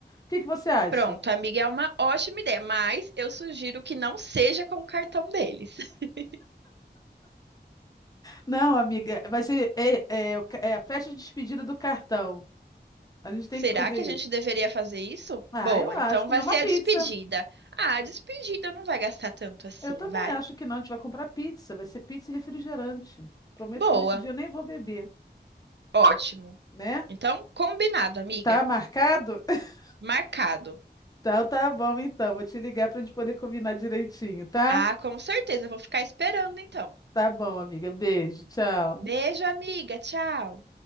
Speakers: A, on the left (about 20°); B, on the right (about 75°).
A: que que você acha?
B: Pronto, amiga, é uma ótima ideia, mas eu sugiro que não seja com o cartão deles. <laughs>
A: Não, amiga, vai ser é, é, o ca- é a festa de despedida do cartão. A gente tem
B: Será
A: que fazer
B: que a gente
A: isso.
B: deveria fazer isso?
A: Ah,
B: Boa,
A: eu acho.
B: então
A: Comer
B: vai
A: uma
B: ser
A: pizza.
B: a despedida. Ah, a despedida não vai gastar tanto assim,
A: Eu também
B: vai.
A: acho que não. A gente vai comprar pizza. Vai ser pizza e refrigerante. Prometo
B: Boa,
A: que nesse dia eu nem vou beber,
B: ótimo.
A: né?
B: Então, combinado, amiga.
A: Tá marcado? <laughs>
B: Marcado.
A: Então tá bom, então. Vou te ligar pra gente poder combinar direitinho, tá?
B: Ah, com certeza, eu vou ficar esperando então.
A: Tá bom, amiga. Beijo, tchau.
B: Beijo, amiga, tchau.